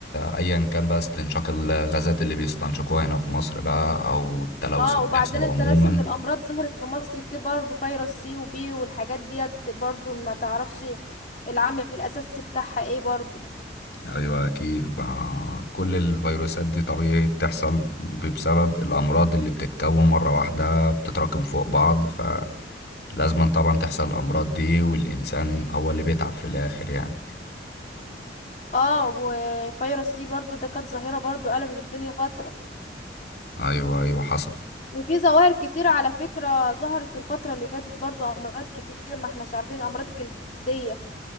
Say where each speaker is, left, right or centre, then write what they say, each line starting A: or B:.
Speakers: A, on the left; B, on the left.
A: آه، ايا كان بقى استنشاق الغازات اللي بيستنشقوها هنا في مصر بقى او التلوث
B: اه
A: اللي
B: وبعدين
A: بيحصل
B: انت
A: عموما
B: ناسي ان الامراض ظهرت في مصر كتير برضو فيروس سي وبي والحاجات ديت برضو ما تعرفش العامل الاساسي بتاعها ايه برضو
A: ايوه اكيد مع كل الفيروسات دي طبيعي بتحصل ب- بسبب الامراض اللي بتتكون مره واحده بتتراكم فوق بعض فلازم طبعا تحصل الامراض دي والانسان هو اللي بيتعب في الاخر يعني
B: اه وفيروس سي برضو ده كانت ظاهرة برضو قلبت الدنيا فترة
A: ايوه ايوه حصل
B: وفي ظواهر كتير على فكرة ظهرت الفترة اللي فاتت برضو امراض كتير ما احناش عارفين امراض جلدية